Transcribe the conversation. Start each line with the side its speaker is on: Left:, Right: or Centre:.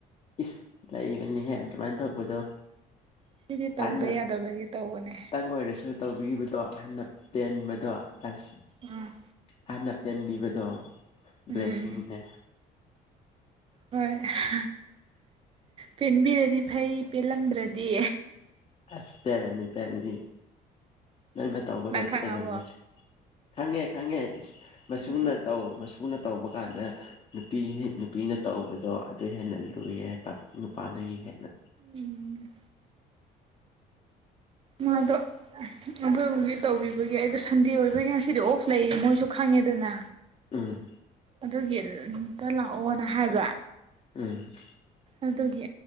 Left: ꯏꯁ ꯂꯩꯕꯅꯦꯍꯦ ꯑꯗꯨꯃꯥꯏꯅ ꯇꯧꯕꯗꯣ
Right: ꯁꯤꯗꯤ ꯇꯧꯗ
Left: ꯑꯅ
Right: ꯌꯥꯗꯕꯒꯤ ꯇꯧꯕꯅꯦ
Left: ꯇꯪ ꯑꯣꯏꯔꯁꯨ ꯇꯧꯕꯤꯕꯗꯣ ꯍꯟꯅ ꯄꯦꯟꯕꯗꯣ ꯑꯁ
Right: ꯎꯝ
Left: ꯑꯍꯟꯅ ꯄꯦꯟꯕꯤꯕꯗꯣ
Right: ꯎꯝ
Left: ꯕ꯭ꯂꯦꯁꯤꯡꯅꯦ
Right: ꯍꯣꯏ ꯑꯍ ꯄꯦꯟꯕꯤꯔꯗꯤ ꯐꯩ ꯄꯦꯟꯂꯝꯗ꯭ꯔꯗꯤ
Left: ꯑꯁ ꯄꯦꯜꯂꯅꯤ ꯄꯦꯜꯂꯅꯤ ꯅꯪꯅ ꯇꯧꯕꯗꯣ
Right: ꯅꯪ ꯈꯪꯉꯕꯣ
Left: ꯄꯦꯜꯂꯅꯤ ꯈꯪꯉꯦ ꯈꯪꯉꯦ ꯃꯆꯨꯅ
Right: ꯎꯝ
Left: ꯇꯧ ꯃꯆꯨꯅ ꯇꯧꯕ ꯀꯥꯟꯗ ꯅꯨꯄꯤ ꯅꯨꯄꯤꯅ ꯇꯧꯕꯗꯣ ꯑꯗꯨ ꯍꯦꯟꯅ ꯂꯨꯏꯌꯦ ꯍꯥꯏꯕ ꯅꯨꯄꯥꯗꯒꯤ ꯍꯦꯟꯅ
Right: ꯎꯝ ꯃꯥꯗꯣ ꯑꯗꯨꯒꯤ ꯇꯧꯒꯤꯕꯒꯤ ꯑꯩꯗꯣ ꯁꯟꯗꯦ ꯑꯣꯏꯕꯒꯤ ꯉꯁꯤꯗꯤ ꯑꯣꯄ ꯂꯩꯌꯦ ꯃꯣꯏꯁꯨ ꯈꯪꯉꯦꯗꯅ
Left: ꯎꯝ
Right: ꯑꯗꯨꯒꯤ ꯑꯝꯇ ꯂꯥꯛꯑꯣꯅ ꯍꯥꯏꯕ
Left: ꯎꯝ
Right: ꯑꯗꯨꯒꯤ